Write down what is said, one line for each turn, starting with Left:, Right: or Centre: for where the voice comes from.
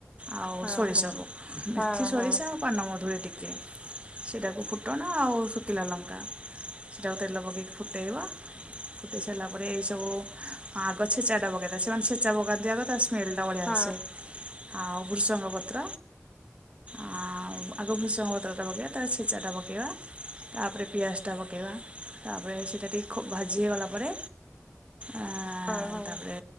Right: ଆଉ
Centre: ହଁ
Right: ସୋରିଷ
Centre: ହଁ ହଁ।
Right: କୁ ମେଥି,
Centre: ହଁ ହଁ ହଁ
Right: ସୋରିଷ
Centre: ହଁ
Right: ଆ ପାନମଧୁରି ଟିକେ, ସେଟାକୁ ଫୁଟଣ ଆଉ ଶୁଖିଲା ଲଙ୍କା। ଯୋଉ ତେଲ ପକେଇକି ଫୁଟେଇବ। ଫୁଟେଇ ସାରିଲା ପରେ ଏଇସବୁ ଆଗ ଛେଚାଟା ପକେଇଦେବ। ସେମାନେ ଛେଚା ପକାନ୍ତିି ଆଗ ତା ସ ସ୍ମେଲଟା ବଢ଼ିଆ
Centre: ହଁ
Right: ଆସେ, ଆଉ ବୃଷଙ୍ଗ ପତ୍ର ଆଉ ଆଗ ଭୃଷଙ୍ଗ ପତ୍ରଟା ପକେଇବା, ତାପରେ ଛେ ଚାଟା ପକାଇବା, ତାପରେ ପିଆଜଟା ପକାଇବା, ତାପରେ ସେଇଟା ଟିକ ଖୁବ୍ ଭାଜି ହେଇଗଲା ପରେ ଆଁ
Centre: ହଁ ହଁ।
Right: ତାପରେ